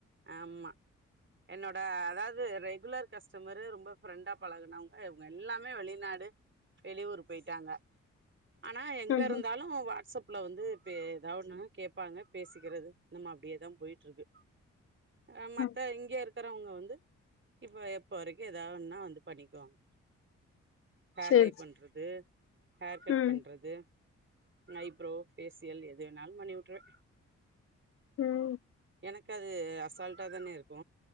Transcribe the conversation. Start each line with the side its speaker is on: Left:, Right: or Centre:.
Right: ஆமா என்னோட அதாவ்து ரெகுலர் கஸ்டமரு ரொம்ப ஃப்ரெண்டா பழகுனவங்க இவங்க எல்லாமே வெளிநாடு வெளிவூரு போய்ட்டாங்க ஆனா எங்கயிருந்தாலு
Left: ம்ஹ்ம்.
Right: வாட்ஸ்அப் அப்ல வந்து பே எதாவ்வொன்னு கேப்பாங்க பேசிக்கறது நம்ம அப்டியேதா போய்ட்ருக்கு அ மத்த
Left: ம்.
Right: இங்க இருக்கறவங்க வந்து இப்ப எப்ப வரிக்கு எதா ஒன்னா வந்து பண்ணிக்வாங்க ஹேர்
Left: சரி,
Right: டை பண்றது
Left: சரி.
Right: ஹேர் கட்
Left: ம்,
Right: பண்றது நைப்ரோ ஃபேசியல் எது வேணாலு பண்ணிவுற்றுவ
Left: ம்
Right: எனக்கு அது அசால்ட்டா தானயிருக்கு